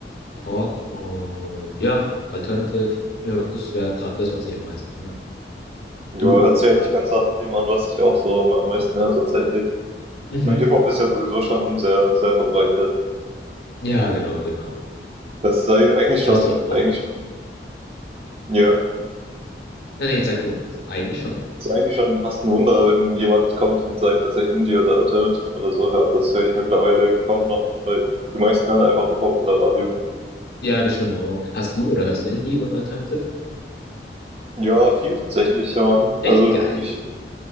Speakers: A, on the left; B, on the right.
A: Rock und ja, Alternative. Ja, das wäre gerade das, was ich am meisten höre.
B: Ja,
A: Du?
B: hört sich eigentlich ganz nach dem an, was ich auch so am, am meisten höre tatsächlich.
A: Ja.
B: Ich
A: Mhm.
B: meine, Hip-Hop ist ja sowieso schon sehr, sehr verbreitet.
A: Ja, genau, genau.
B: Das ist eigentlich schon,
A: Hörst du auch?
B: eigentlich schon Ja,
A: Nee, nee, sag du. Eigentlich schon.
B: ist ja eigentlich schon fast ein Wunder, wenn jemand kommt und sagt, dass er Indie oder Alternative oder so hört. Das höre ich mittlerweile kaum noch von Leuten. Die meisten hören einfach Hip-Hop oder Radio.
A: Ja, das stimmt auch. Hast du oder hörst du Indie und Alternative?
B: Ja, viel tatsächlich, ja, Mann.
A: Echt
B: Also,
A: geil.
B: ich